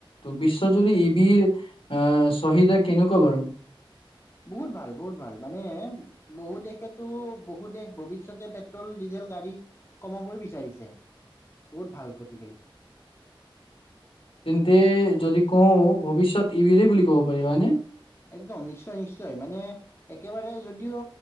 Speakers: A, on the left (about 80°); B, on the left (about 30°).
A: ত' বিশ্বজুৰি ই ভিৰ আহ চাহিদা কেনেকুৱা বাৰু?
B: বহুত ভাল, বহুত ভাল, মানে- বহু দেশেতো বহু দেশ ভৱিষ্যতে পেট্ৰল ডিজেল গাড়ী- কমাবই বিচাৰিছে, বহুত ভাল গতিকে।
A: তেন্তে যদি কওঁ ভৱিষ্যত ই ভিৰে বুলি ক'ব পাৰি, হয়নে?
B: একদম নিশ্চয় নিশ্চয়। মানে- একেবাৰে যদিও